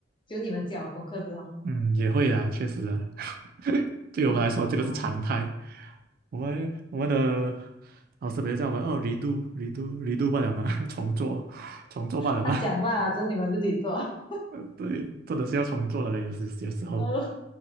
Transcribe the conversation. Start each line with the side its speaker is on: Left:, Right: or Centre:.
Left: 就你们交功课之后，
Right: 嗯，也会啦，确实啊，<laughs> 对我们来说这个是常态。
Left: 哇，
Right: 我们我们的老师比如叫我们哦，redo redo redo 罢了嘛，<laughs> 重做重做罢了嘛，
Left: 他讲嘛，就是你们自己做，
Right: <laughs>
Left: <laughs>
Right: 呃对，真的是要重做的嘞，有时有时候，
Left: 呃，